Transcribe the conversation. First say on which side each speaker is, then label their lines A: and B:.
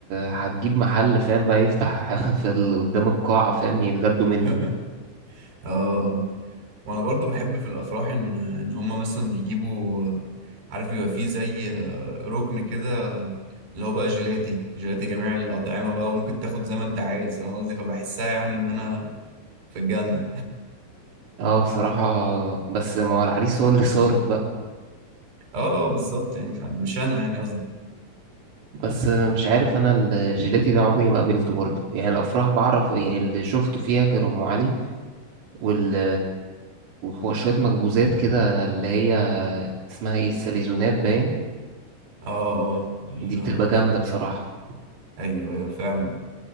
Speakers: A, on the right; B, on the right.
A: هتجيب محل فاهم بقى يفتح <laughs> في ال- قدام القاعه فاهم يتغدوا منه
B: <laughs> اه وانا برضو بحب في الافراح ان ان هم مثلا بيجيبوا عارف بيبقى فيه زي آه، ركن كده اللي هو بقى جيلاتي جيلاتي جميع الاطعمه بقى وممكن تاخد زي ما انت عايز فاهم قصدي فبحسها يعني ان انا في الجنه
A: اه بصراحة بس ما هو العريس هو اللي صارف بقى
B: اه بالظبط يعني فمش انا يعني قصدي
A: بس مش عارف انا الجيلاتي ده عمري ما قابلته برضه يعني الافراح بعرف يعني اللي شفته فيها كان ام علي وال وشوية مخبوزات كده اللي هي اسمها ايه الساليزونات باين
B: اه اه ال-
A: دي بتبقى جامدة بصراحة
B: ايوه ايوه فعلا